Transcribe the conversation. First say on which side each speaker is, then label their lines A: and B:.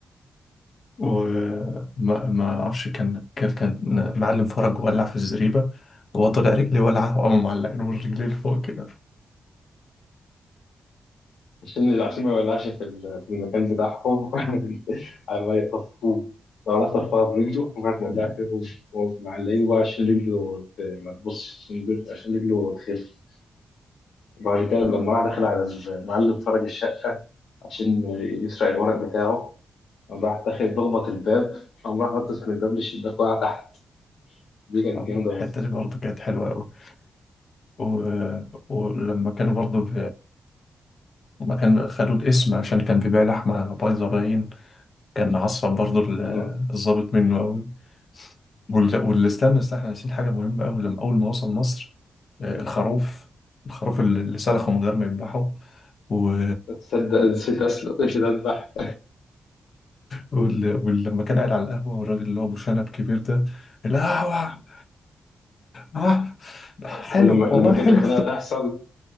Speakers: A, on the left; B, on the left.
A: وما ما ما اعرفش كان كان كان معلم فرج ولع في الزريبه وهو طلع رجلي ولعه وقام معلقين الرجلين فوق كده
B: عشان عشان ما يولعش في ال- في المكان بتاعهم <laughs> على ما يطفوه لو راح طفاها برجله ممكن تولع فيه هو معلقينه بقى عشان رجله ت- ما تبصش عشان رجل- عشان رجله تخف وبعد كده لما راح داخل على المعلم فرج الشقة عشان يسرق الورق بتاعه قام راح داخل بخبط الباب قام راح نطس من الباب للشباك وقع تحت دي كانت
A: آه،
B: جامدة
A: الحته
B: برضه
A: دي برضه كانت حلوه قوي و... ولما كانوا برضه ب... لما كان خدوا الاسم عشان كان بيبيع لحمه بايظه باين كان عصب برضو ال-
B: <laughs>
A: الضابط منه قوي وال- واللي استنى استنى احنا ناسيين حاجة مهمة قوي لما أول ما وصل مصر آه، الخروف الخروف اللي اللي سلخه من غير ما يذبحه و...
B: آه، تصدق نسيت أسلق نسيت أذبح
A: وال... ولما كان قاعد على القهوة والراجل اللي هو أبو شنب كبير ده القهوة آه حلو
B: ولما لما
A: والله حلو
B: كانت الخناقة تحصل